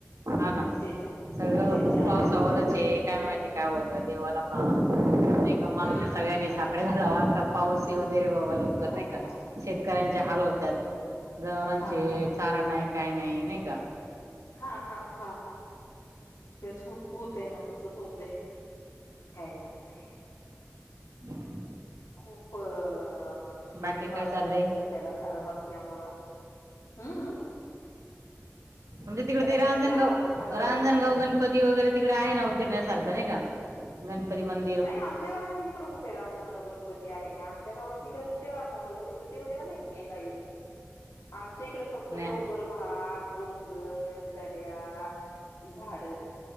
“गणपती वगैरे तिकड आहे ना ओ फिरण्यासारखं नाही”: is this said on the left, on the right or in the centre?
Right